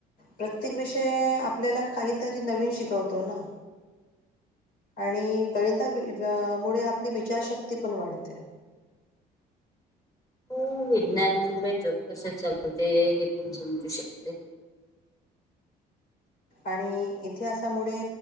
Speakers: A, on the left; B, on the left.
A: प्रत्येक विषय आपल्याला काहीतरी नवीन शिकवतो ना आणि गणिता मुळें आपलीं विचारशक्ती पणं वाढते
B: हो विज्ञानामुळे जग कसं चालवते हे पणं समजू शकते
A: आणि इतिहासामुळे